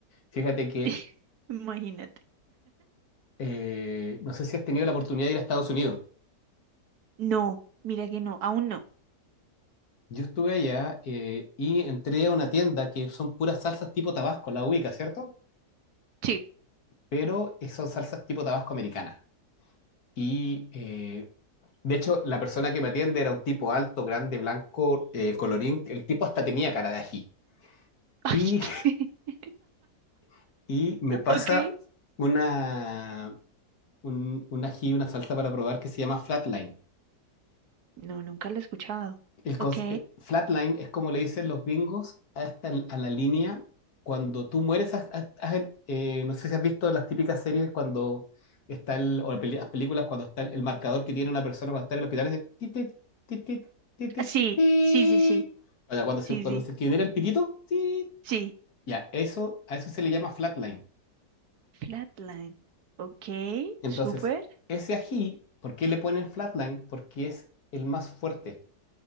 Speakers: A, on the left; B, on the right.
A: Fíjate que
B: <laughs> imagínate.
A: eh, no sé si has tenido la oportunidad de ir a Estados Unidos.
B: No, mira que no, aún no.
A: Yo estuve allá eh, y entré a una tienda que son puras salsas tipo Tabasco, la ubica, ¿cierto?
B: Sí.
A: Pero eh, son salsas tipo Tabasco americana. Y eh, de hecho, la persona que me atiende era un tipo alto, grande, blanco, eh, colorín. El tipo hasta tenía cara de ají.
B: <laughs>
A: Y, <laughs> y me pasa
B: Ay, ¿qué? Ok.
A: una, un, un ají, una salsa para probar que se llama Flatline.
B: No, nunca lo he escuchado.
A: el conce-
B: Ok.
A: eh, flatline es como le dicen los gringos a, esta- a la línea cuando tú mueres. haz- haz- haz- eh, no sé si has visto las típicas series cuando está el, o las peli- las películas cuando está el, el marcador que tiene una persona cuando está en el hospital. Es tit, tit, tit, tit, tit, tit,
B: Ah, Sí,
A: tit.
B: sí, sí, sí,
A: O sea, cuando
B: sí,
A: se, cuando
B: sí,
A: se genera el pitito, tit.
B: sí.
A: ya, eso, a eso se le llama flatline.
B: Flatline. Ok,
A: Entonces,
B: súper.
A: ese ají, ¿por qué le ponen flatline? Porque es el más fuerte.